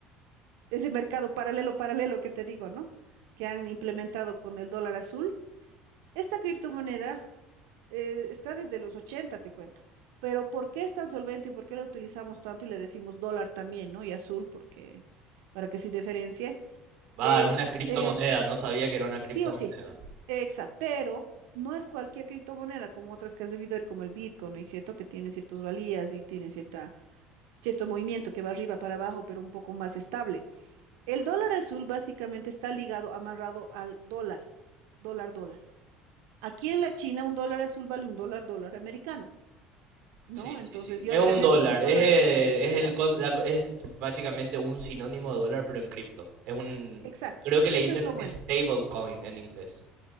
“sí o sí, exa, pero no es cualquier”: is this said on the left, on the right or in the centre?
Right